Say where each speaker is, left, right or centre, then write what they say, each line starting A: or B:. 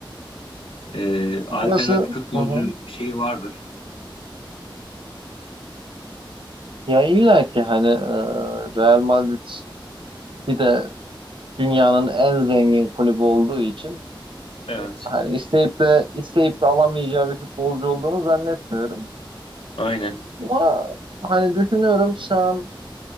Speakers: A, on the left; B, on the right.
A: Ee, alternatif
B: orası
A: futbolcu
B: hı hı.
A: şeyi vardır.
B: Ya illa ki hani e, Real Madrid bir de dünyanın en zengin kulübü olduğu için
A: Evet,
B: hani isteyip de isteyip de alamayacağı bir futbolcu olduğunu zannetmiyorum.
A: aynen.
B: Ama hani düşünüyorum şu an